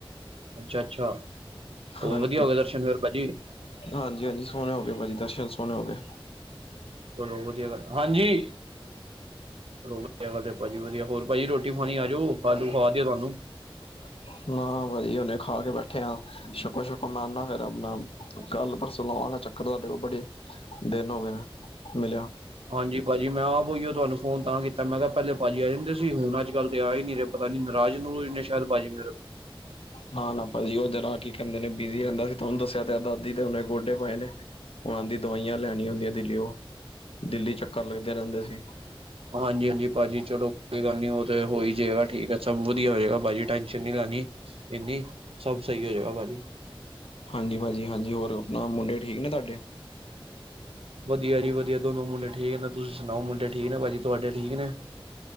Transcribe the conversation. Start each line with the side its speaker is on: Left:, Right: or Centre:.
Right: ਅੱਛਾ- ਅੱਛਾ ਹੋਰ
Left: ਹਾਂਜੀ
Right: ਵੱਧੀਆ ਹੋ ਗਏ ਦਰਸ਼ਨ ਫੇਰ ਪਾਜੀ?
Left: ਹਾਂਜੀ -ਹਾਂਜੀ ਸੋਣੇ ਹੋ ਗਏ ਪਾਜੀ ਦਰਸ਼ਨ ਸੋਣੇ ਹੋ ਗਏ।
Right: ਚਲੋ ਵਧੀਆ ਗੱ ਹਾਂਜੀ <unintelligible> ਵਧੀਆ ਭਾਜੀ ਵਧੀਆ ਹੋਰ ਭਾਜੀ ਰੋਟੀ ਖਾਣੀ ਆਜੋ <unintelligible> ਖਵਾ ਦਿਓ ਤੁਹਾਨੂੰ।
Left: ਅ <inaudible> ਨਾ ਵਧੀਆ ਹੁਨੇ ਖਾ ਕੇ ਬੈਠੇ ਆ ਸ਼ਕੋ ਸ਼ੱਕੋ ਮੈਂ ਆਨਾ ਫੇਰ ਆਪਣਾ ਕੱਲ ਪਰਸੋਂ ਲਾਵਾਂਗਾ ਚੱ ਕਰ ਤੁਹਾਡੇ ਕੋਲ ਬੜੇ ਦਿਨ ਹੋਗੇ ਨੇ। ਮਿਲਿਆ
Right: ਹਾਂਜੀ ਭਾਜੀ ਮੈਂ ਆਪ ਓਈਓ ਤੁਹਾਨੂੰ ਫ਼ੋਨ ਤਾਂ ਕੀਤਾ ਮੈਂ ਕਿਆ ਪੈਲੇ ਭਾਅਜੀ ਆ ਜਾਂਦੇ ਸੀ ਹੁਣ ਅੱਜ ਕੱਲ ਤੇ ਆ ਈ ਨੀ ਰੇ ਪਤਾ ਨੀ ਨਰਾਜ਼-ਨਰੁਜ ਨੇ ਸ਼ੈਦ ਭਾਅਜੀ ਮੇਰੇ
Left: ਨਾ ਨਾ ਭਾਜੀ ਓ ਦਿਨਾਂ ਕੀ ਕੈਂਦੇ ਨੇ ਬਿਜੀ ਰੈਂਦਾ ਸੀ ਤੁਆਂਨੂੰ ਦੱਸਿਆ ਤਾਂ ਹੈ ਦਾਦੀ ਦੇ ਹੁਨੇ ਗੋਡੇ ਪਾਏ ਨੇ। ਓਨਾਂ ਦੀ ਦਵਾਈਆਂ ਲਿਆਨੀਆ ਹੁੰਦੀਆਂ ਦਿੱਲੀਓ ਦਿੱਲੀ ਚੱਕਰ ਲੱਗਦੇ ਰੈਂਦੇ ਸੀ।
Right: ਹਾਂਜੀ-ਹਾਂਜੀ ਭਾਅਜੀ ਚਲੋ ਕੋਈ ਗੱਲ ਨੀ ਓ ਤੇ ਹੋ ਈ ਜਾਏਗਾ ਠੀਕ ਆ ਸਭ ਵਧੀਆ ਹੋਏਗਾ ਭਾਅਜੀ ਟੈਂਸ਼ਨ ਨੀ ਲੈਣੀ। ਇੰਨੀ ਸਭ ਸਈ ਹੋ ਜੇਗਾ ਭਾਜੀ।
Left: ਹਾਂਜੀ ਭਾਜੀ ਹਾਂਜੀ ਹੋਰ ਆਪਣਾ ਮੁੰਡੇ ਠੀਕ ਨੇ ਤੁਹਾਡੇ?
Right: ਵਧੀਆ ਜੀ ਵਧੀਆ ਦੋਨ ਮੁੰਡੇ ਠੀਕ ਨੇ ਤੁਸੀਂ ਸੁਣਾਓ ਮੁੰਡੇ ਠੀਕ ਨੇ ਭਾਜੀ ਤੁਹਾਡੇ ਠੀਕ ਨੇ?